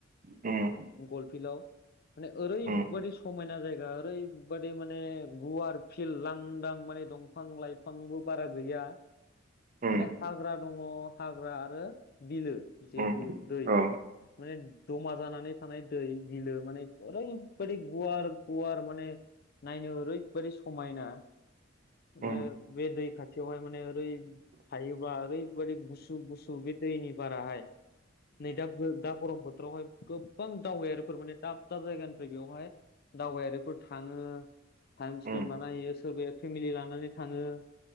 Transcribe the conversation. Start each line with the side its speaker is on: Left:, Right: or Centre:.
Right: उम
Left: गल फिल्डआव माने ओरैबादि
Right: उम
Left: समायना जायगा ओरैबादि माने गुवार। फिल्ड लांदां माने दंफां लाइफांबो बारा गैया।
Right: उम
Left: माने हाग्रा दङ हाग्रा आरो बिलो। जितु
Right: उम
Left: दै
Right: औ
Left: माने जमा जानानै थानाय दै बिलो माने ओरैबायदि गुवार गुवार माने नायनो ओरैबदि समायना। आरो
Right: उम औ
Left: बे दै खाथियावहाय माने ओरै थायोब्ला ओरैबायदि गुसु। गुसु गुसु बे दैनि बाराहाय नै दा दा गरम बोथोरावहाय गोबां दावबायारिफोर माने दा दाब दाब जायगानिफ्राय बेवहाय दावबायारिफोर थाङो टाइम
Right: उम
Left: बानायहैयो सोरबाया फेमिलि लानानै थाङो